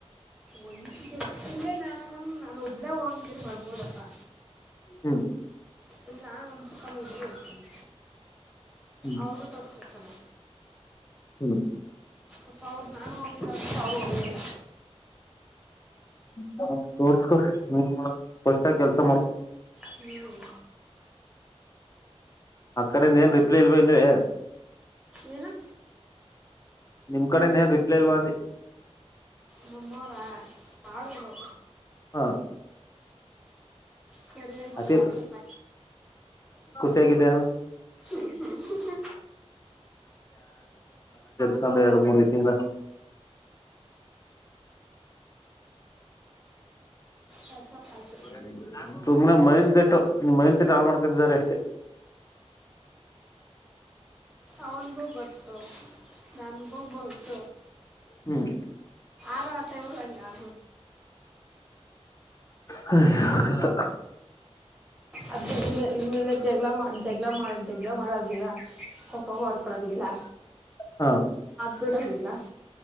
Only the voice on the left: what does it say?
ಹ್ಮ್
ಹ್ಮ್
ಹ್ಮ್
ಹ ತೋರ್ಸ್ಕೊನ್ ಮಾಡ ಸ್ ಕೆಲ್ಸ ಮಾಡ್
ಅಕಡಿಂದ ಏನ್ ರಿಪ್ಲೈ ಇಲ್ವಾ ಇನ್ವೆ
ನಿಮ್ಮ್ ಕಡೆ ನನು ರಿಪ್ಲೈ ಇ ಬಿ
ಹ
ಅತಿ
ಹೇಗಿದ್ದ
ದ ಎರಡು ಮೂರ್ ದಿವಸಿಂದ
ಹ ನಿಮ್ ಮೈಂಡ್ ಸೆಟ್ ನಿಮ್ ಮೈಂಡ್ ಸೆಟ್ ಹಾಳ ಮಾಡ್ಕತಿದ್ದಾರೆ ಅಷ್ಟೇ
ಹ್ಮ್
ಹ್ಮಕತ
ಹಾ